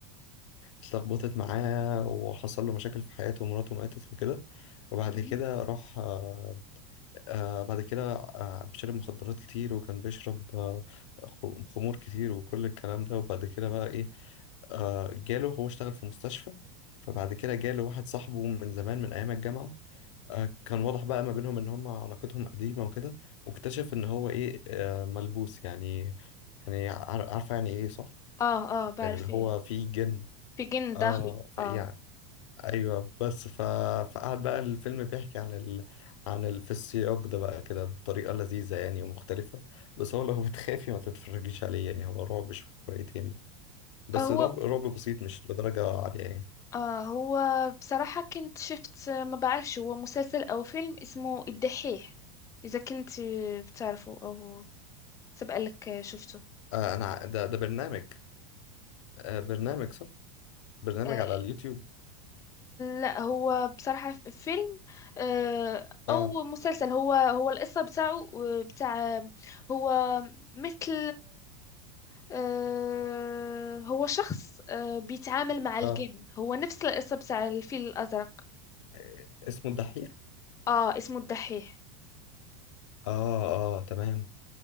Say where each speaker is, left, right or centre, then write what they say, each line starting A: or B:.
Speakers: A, on the left; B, on the left.
A: اتلخبطت معاه وحصل له مشاكل في حياته ومراته ماتت وكده وبعد
B: مهم.
A: كده راح آه، آه، بعد كده آه، بيشرب مخدرات كتير وكان بيشرب آه، خ- خمور كتير وكل الكلام ده وبعد كده بقى ايه آه، جاله هو اشتغل في مستشفى فبعد كده جاله واحد صاحبه من زمان من ايام الجامعة آه، كان واضح بقى ما بينهم ان هم علاقتهم قديمة وكده واكتشف ان هو ايه آه، ملبوس يعني يعني عار- عارفة يعني ايه صح
B: اه اه بعرف
A: يعني اللي
B: ايه
A: هو فيه جن
B: بيجن داخله
A: اه في
B: اه
A: يعني ايوه بس ف... فقعد بقى الفيلم بيحكي عن ال... عن ال... في السياق ده بقى كده بطريقه لذيذه يعني ومختلفه بس هو لو <laughs> بتخافي ما تتفرجيش عليه يعني هو رعب شويتين يعني بس
B: هو
A: رعب رعب بسيط مش لدرجه عاليه يعني
B: آه هو بصراحة كنت شفت ما بعرفش هو مسلسل أو فيلم اسمه الدحيح إذا كنت بتعرفه أو سبق لك شفته
A: آه انا ع- ده ده برنامج آه برنامج صح برنامج
B: آه
A: على اليوتيوب
B: لا هو بصراحة فيلم آه أو
A: اه
B: مسلسل هو هو القصة بتاعه آه، بتاع هو مثل آه هو شخص آه بيتعامل مع الجن
A: اه
B: هو نفس القصة بتاع الفيل الأزرق
A: آه، اسمه الدحيح
B: آه اسمه الدحيح
A: اه اه تمام